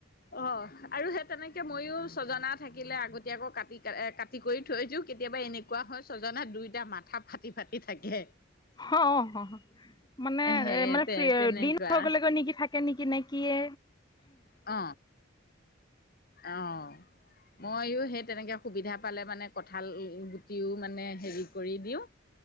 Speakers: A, on the left; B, on the left.
A: অ আৰু সে তেনেকে ময়ো ছজনা থাকিলে আগতীয়াকৈ কাটি কে কা টি কৰি থৈ দিও কেতিয়াবা এনেকোৱা হয় ছজনা দুইটা মাথা ফাটি ফাটি থাকে।
B: স অ হ হ মানে
A: হে
B: এ মানে
A: তে
B: ফ্ৰী য়ে
A: তেনেকুৱা
B: দিন হৈগলেগৈ নেকি থা কে নেকি নে কিয়ে
A: অ অ ময়ো সেই তেনেকে সুবিধা পালে মানে কঁঠাল গু তিও মানে হেৰি কৰি দিও